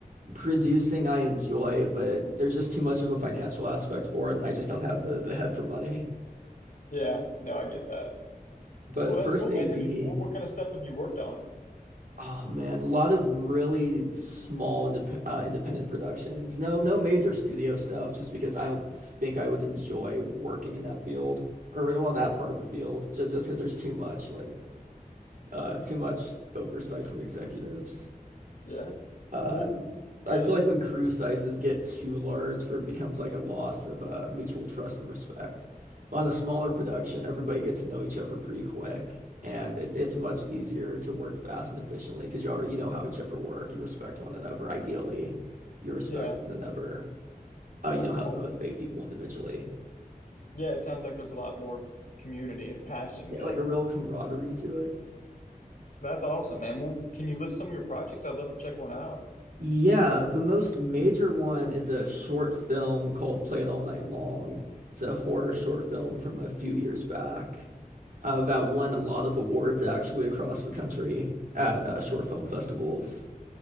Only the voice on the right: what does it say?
Producing I enjoy, but there's just too much of a financial aspect for it, and I just don't have the the head for money.
But
first
ADing
Oh man, a lot of really small indep uh, independent productions. No, no major studio stuff, just because I don't think I would enjoy working in that field or well, that part of the field, just just because there's too much like uh, too much oversight from executives.
Uh,
and I
feel like when crew sizes get too large, there becomes like a loss of uh, mutual trust and respect. But on a smaller production, everybody gets to know each other pretty quick, and it, it's much easier to work fast and efficiently because you already know how each other work. You respect one another. Ideally, you respect
one another. Uh, you
know how
to motivate people individually.
Yeah,
like
a real camaraderie to it.
Yeah, the most major one is a short film called Play It All Night Long. It's a horror short film from a few years back uh, that won a lot of awards actually across the country at uh, short film festivals.